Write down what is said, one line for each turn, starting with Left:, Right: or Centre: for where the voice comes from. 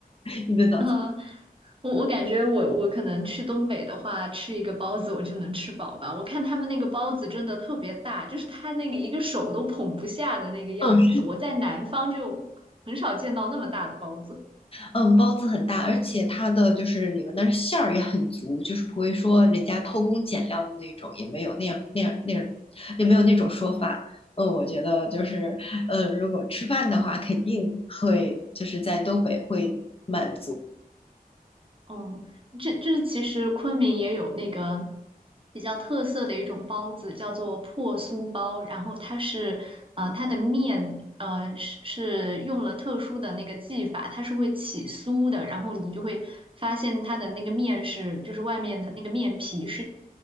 Left: <laughs> 一顿早餐。
Right: 嗯、我我感觉我我可能去东北的话，吃一个包子我就能吃饱吧。我看他们那个包子真的特别大，就是他那个一个手都捧不下的那个样子。
Left: 嗯，
Right: 我在南方就很少见到那么大的包子。
Left: 嗯，包子很大，而且它的就是里面的馅儿也很足，就是不会说人家偷工减料的那种，也没有那样那样那样，也没有那种说法。嗯，我觉得就是，呃，如果吃饭的话，肯定会就是在东北会满，
Right: 嗯，这这其实昆明也有那个比较特色的一种包子，叫做破酥包。然后它是，呃，它的面，呃，是是用了特殊的那个技法，它是会起酥的。然后你就会发现它的那个面是，就是外面的那个面皮是